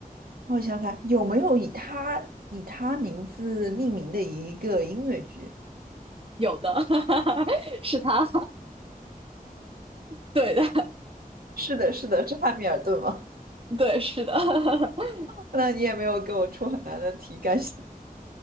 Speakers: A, on the right; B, on the right.
A: 让我想想看，有没有以他以他名字命名的一个音乐剧？
B: 有的，<laughs> 是他，对的，
A: 是的，是的，是汉密尔顿吗？
B: 对，是的，<laughs>
A: <laughs> 那你也没有给我出很难的题，感谢。